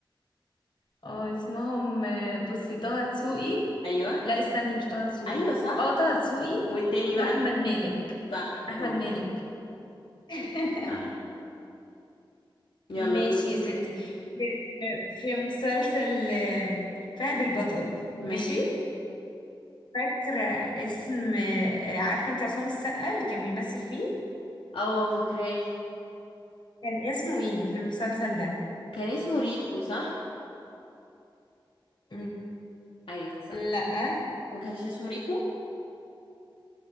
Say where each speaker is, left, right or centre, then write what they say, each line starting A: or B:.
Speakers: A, on the left; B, on the left.
A: اه اسمهم آه، بصي طه دسوقي
B: ايوه
A: لا استني مش طه دسوقي
B: ايوه صح
A: اه طه دسوقي
B: والتاني
A: واحمد
B: بقى
A: مالك
B: صح برافو
A: احمد مالك <laughs>
B: صح يلا
A: ماشي
B: دوري
A: يا ستي في في مسلسل آه، فهد البطل ماشي
B: ماشي
A: فاكرة اسم آه، عارفة انت عصام السقا اللي كان بيمثل فيه
B: اه فاكراه
A: كان اسمه ايه في المسلسل ده
B: كان اسمه ريكو صح
A: م-
B: ايوه صح
A: لا
B: ما كانش اسمه ريكو